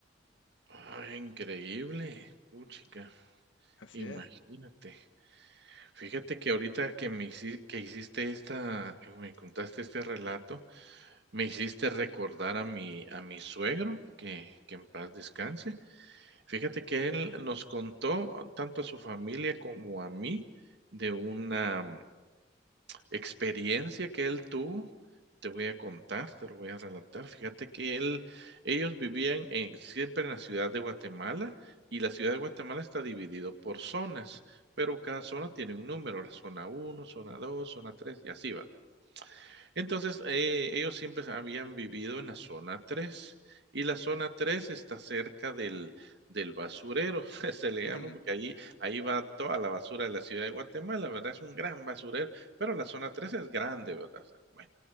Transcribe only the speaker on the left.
Así
es.
<laughs>